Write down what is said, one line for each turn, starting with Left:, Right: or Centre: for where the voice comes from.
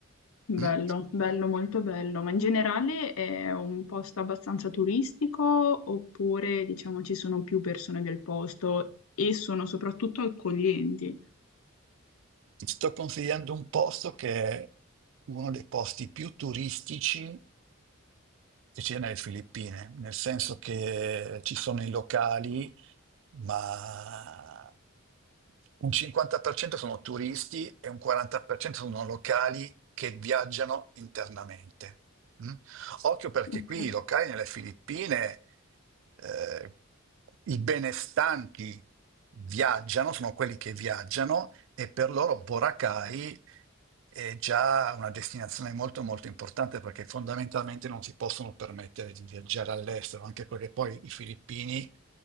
Left: bello,
Right: Mm?
Left: bello, molto bello. Ma in generale è un posto abbastanza turistico oppure, diciamo, ci sono più persone del posto e sono soprattutto accoglienti?
Right: Ti sto consigliando un posto che è uno dei posti più turistici che c'è nelle Filippine, nel senso che ci sono i locali, ma un 50% sono turisti e un 40% sono locali che viaggiano internamente. mm? Occhio perché
Left: Ok,
Right: qui i locali nelle Filippine, eh, i benestanti viaggiano, sono quelli che viaggiano e per loro Boracay è già una destinazione molto molto importante perché fondamentalmente non si possono permettere di viaggiare all'estero, anche perché poi i filippini